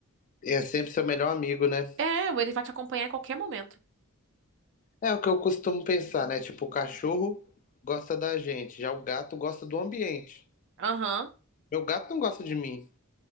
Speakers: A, on the left; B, on the right.
A: É sempre seu melhor amigo, né?
B: É, ele vai te acompanhar em qualquer momento.
A: É o que eu costumo pensar, né? Tipo, o cachorro gosta da gente, já o gato gosta do ambiente.
B: Aham.
A: Meu gato não gosta de mim.